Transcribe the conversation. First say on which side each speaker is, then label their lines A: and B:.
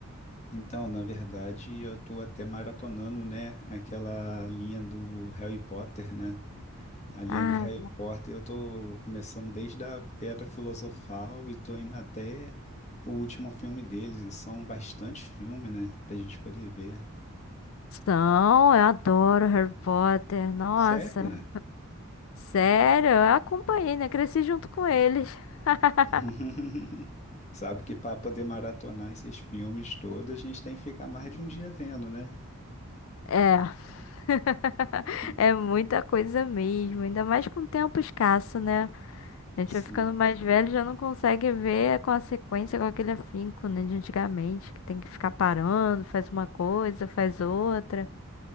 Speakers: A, on the left; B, on the left.
A: então, na verdade, eu tô até maratonando, né, aquela linha do Harry Potter, né? A linha
B: Ah,
A: do Harry Potter eu tô começando desde a Pedra Filosofal e tô indo até o último filme deles, e são bastante filmes, né, pra gente poder ver.
B: são, eu adoro Harry Potter. Nossa,
A: Sério?
B: sério, eu acompanhei, né? Cresci junto com eles. <laughs>
A: <laughs> Sabe que para poder maratonar esses filmes todos, a gente tem que ficar mais de um dia vendo, né?
B: É. <laughs>
A: <laughs>
B: É muita coisa mesmo, ainda mais com tempo escasso, né? A gente
A: Sim,
B: vai ficando mais
A: sim.
B: velho, e já não consegue ver com a sequência, com aquele afinco, né, de antigamente, que tem que ficar parando, faz uma coisa, faz outra.